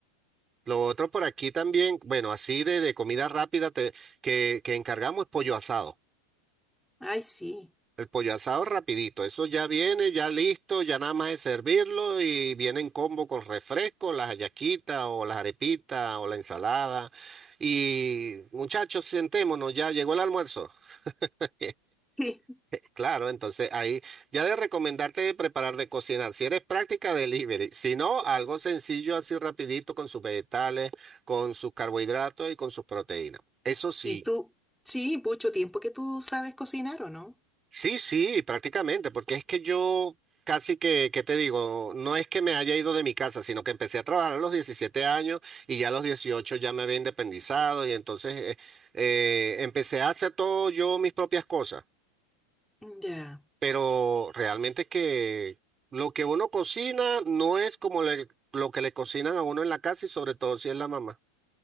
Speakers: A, on the right; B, in the centre.
A: Lo otro por aquí también, bueno, así de, de comida rápida te- que, que encargamos es pollo asado.
B: Ay, sí.
A: El pollo asado rapidito, eso ya viene, ya listo, ya nada más es servirlo y viene en combo con refresco, las hallaquitas o las arepitas o la ensalada. Y muchachos, sentémonos, ya llegó el almuerzo. <laughs>
B: <laughs>
A: Claro, entonces ahí ya de recomendarte de preparar, de cocinar. Si eres práctica, delivery. Si no, algo sencillo así rapidito con sus vegetales, con sus carbohidratos y con sus proteínas. Eso sí.
B: ¿Y tú? Sí, mucho tiempo que tú sabes cocinar, ¿o no?
A: Sí, sí, prácticamente, porque es que yo casi que, ¿qué te digo? No es que me haya ido de mi casa, sino que empecé a trabajar a los 17 años y ya a los 18 ya me había independizado y entonces eh, eh, empecé a hacer todo yo mis propias cosas,
B: Ya.
A: pero realmente que lo que uno cocina no es como le- lo que le cocinan a uno en la casa y sobre todo si es la mamá.